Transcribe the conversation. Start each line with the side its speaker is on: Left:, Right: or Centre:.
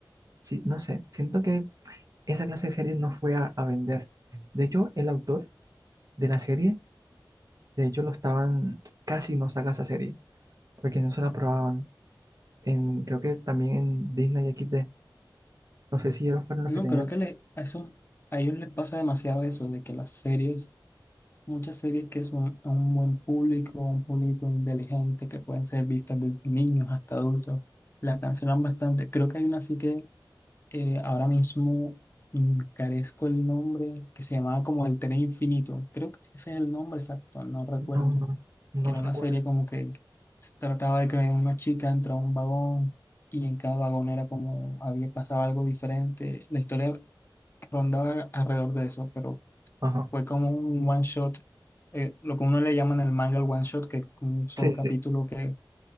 Right: Sí, no sé, siento que esa clase de series no fue a, a vender. De hecho, el autor de la serie, de hecho, lo estaban, casi no saca esa serie, porque no se la probaban. En, creo que también en Disney X XD, no sé si ellos fueron los
Left: No,
Right: que tenían.
Left: creo que le- a, eso- a ellos les pasa demasiado eso, de que las series, muchas series que son a un buen público, a un público inteligente, que pueden ser vistas desde niños hasta adultos, las cancelan bastante. Creo que hay una así que eh, ahora mismo mm, carezco el nombre, que se llamaba como El Tren Infinito. Creo que ese es el nombre exacto, no recuerdo.
Right: No, no, no
Left: Que era
Right: se
Left: una
Right: acuerda.
Left: serie como que se trataba de que una chica entra a un vagón y en cada vagón era como había pasado algo diferente. La historia rondaba alrededor de eso, pero
Right: Ajá,
Left: fue como un one shot, eh, lo que uno le llama en el manga el one shot, que es como un solo
Right: sí,
Left: capítulo
Right: sí,
Left: que,